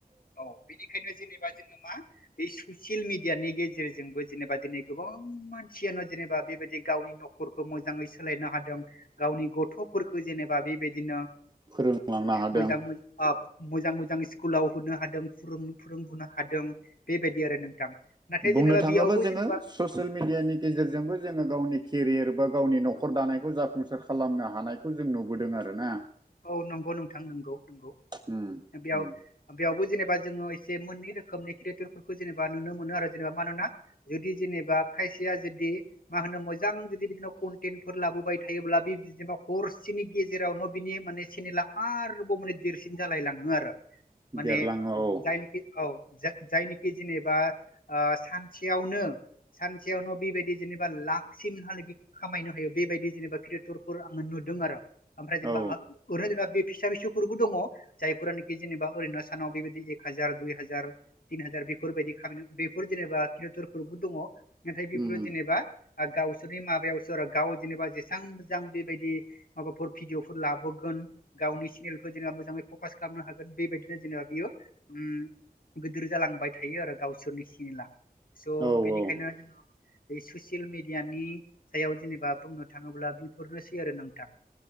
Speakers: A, on the left; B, on the right.
A: औ बेनिखायनो जेनेबा जोङो मा बे सुसियेल मिडियानि गेजेरजोंबो जेनेबा दिनै गोबां मानसियानो जेनेबा बेबायदि गावनि नखरखौ मोजाङै सोलायनो हादों गावनि गथ'फोरखौ जेनेबा बेबायदि बिदिनो
B: फोरोंलांनो हादों
A: मोजां <unintelligible> मोजां मोजां स्कुलाव होनो हादों फोरोंबोनो हादों बेबायदि आरो नोंथां नाथाय
B: बुंनो
A: जेनेबा
B: थाङोबा
A: बेयावबो
B: जोङो
A: जेनेबा
B: ससियेल मिडियानि गेजेरजोंबो जोङो गावनि केरियार बा गावनि न'खर दानायखौ जाफुंसार खालामनो हानायखौ जों नुबोदों आरो ना
A: औ नंगौ नोंथां नंगौ नंगौ
B: उम
A: बेयाव
B: उम
A: बेयावबो जेनेबा जङ एसे मोननै रोखोमनि जेबा नुनो मोनो आरो जेनेबा मानोना जुदि जेनेबा खायसे <unintelligible> मा होनो मोजां जुदि बिदिनो कनटेन्टफोर लाबोबाय थायोब्ला बेबादि हरसेनि गे जेरावनो बिनि माने चेनेला आरोबाव माने देरसिन जालाय लाङो आरो माने
B: देरलाङो औ
A: जायनोखि औ जायनिखि जेनेबा सानसेयावनो सानसेयावनो बेबायदि जेनेबा लाखसिमहालागि खामायनो हायो बेबायदि जेनेबा क्रियेटरफोर आङो नुदों आरो ओमफ्राय जेनेबा
B: औ
A: <unintelligible> बे फिसा फिसौफोरबो दङ जायफोरानोखि जेनेबा अरैन' सानाव बेबायदि एक हाजार दुइ हाजार तिन हाजार फोरबायदि खालामनो बेफोर जेनेबा क्रियेटरफोरबो दङ नाथाय बेफोरो
B: उम
A: जेनेबा आरो गावसोरनि माबायावसो गाव जेनेबा जेसेबां मोजां बेबायदि माबाफोर भिदिअ खौ लाबोगोन गावनि चेनेलखौ जेनेबा मोजाङै फकास खालामनो हागोन बेबायदिनो जेनेबा बियो उम गोदोर जालांबाय थायो आरो गावसोरनि सेनेला स'
B: औ
A: बेनिखायनो
B: औ
A: जोङो बे ससियेल मिडियानि सायाव जेनेबा बुंनो थाङोब्ला बेफोरनोसै आरो नोंथां